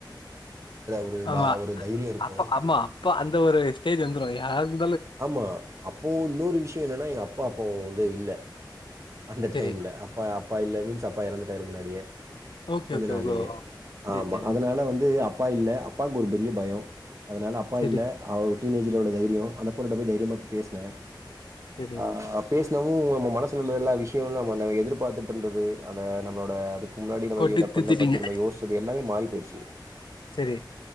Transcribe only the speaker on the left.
ஆமா
அப் ஆமா அப்ப அந்த ஒரு ஸ்டேஜு வந்துரூ யாருக்கூ
சரி
ஓகே
ஓகே
ஓகே சரி சரி
சரி
சரி
கொட்டி
தீத்திட்டீங்க
செரி